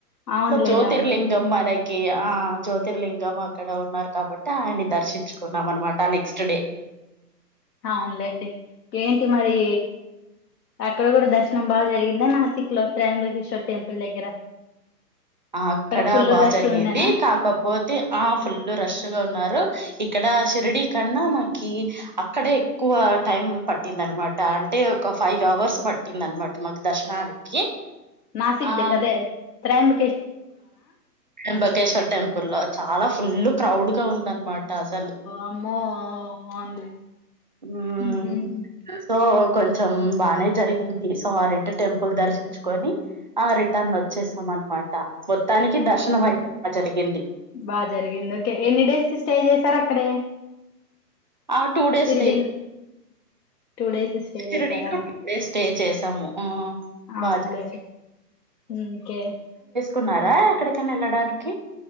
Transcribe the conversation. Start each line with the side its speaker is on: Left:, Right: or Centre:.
Left: అవునులేండి
Right: సో జ్యోతిర్లింగం
Left: అవునులేండి
Right: మనకి ఆ జ్యోతిర్లింగం అక్కడ ఉన్నారు కాబట్టి ఆయన్ని దర్శించుకున్నాం అనమాట నెక్స్ట్ డే
Left: అవునులేండి ఏంటి ఏంటి మరి అక్కడ కూడా దర్శనం బాగా జరిగిందా నాసిక్ లో త్రయాంబకేశ్వర్ టెంపుల్ దగ్గర
Right: ఆ అక్కడ
Left: ఫుల్
Right: బాగా
Left: రష్
Right: జరిగింది
Left: ఉండేనా
Right: కాకపోతే ఆ ఫుల్ రష్గా ఉన్నారు ఇక్కడ శిరిడి కన్నా మాకి అక్కడే ఎక్కువ టైం పట్టింది అనమాట అంటే ఒక ఫైవ్ అవర్స్ పట్టింది అనమాట మాకు దర్శనానికి
Left: నాసిక్
Right: ఆ
Left: ద అదే త్రయంబ
Right: త్రయంబకేశ్వర్ టెంపుల్ లో చాలా ఫుల్లు క్రౌడ్ గా ఉందనమాట అసలు
Left: అమ్మ వన్లే
Right: మ్మ్
Left: <unintelligible>
Right: సో కొంచెం బానే జరిగింది సో ఆ రెండు టెంపుల్ దర్శించుకొని ఆ రిటర్న్ వచ్చేసాం అనమాట మొత్తానికి దర్శనం అయితే జరిగింది
Left: బాగ జరిగింది ఓకే ఎన్ని డేస్ స్టే చేసారు అక్కడే
Right: ఆ టూ డేస్
Left: షిరిడీలో
Right: స్టే
Left: టూ డేస్ స్టే చేసారా
Right: చేస్తా టూ డేస్ స్టే చేస్తా ాము
Left: అవునులేండి
Right: బాగ జరిగింది
Left: ఉమ్, ఓకే
Right: కున్నారా ఎక్కడికైనా వెళ్ళడానికి